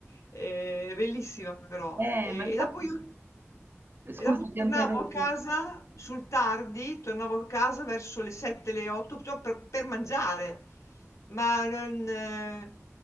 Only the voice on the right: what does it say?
Eh,
ma infatti
scusa,
ti ho interrotto.